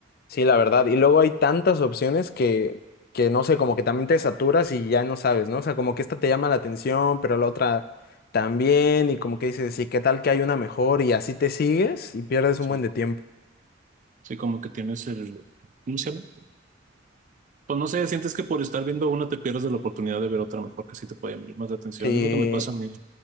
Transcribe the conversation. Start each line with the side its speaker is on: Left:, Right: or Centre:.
Left: Sí, la verdad. Y luego hay tantas opciones que, que no sé, como que también te saturas y ya no sabes, ¿no? O sea, como que esta te llama la atención, pero la otra también, y como que dices, ¿y qué tal que hay una mejor? Y así te sigues y pierdes
Right: Sí,
Left: un buen de
Right: ¿no?
Left: tiempo.
Right: sí, como que tienes el, ¿cómo se llama? Pues no sé, sientes que por estar viendo una te pierdes de la oportunidad de ver otra mejor que sí te puede llamar más la atención.
Left: Sí,
Right: Es lo que me pasa a mí.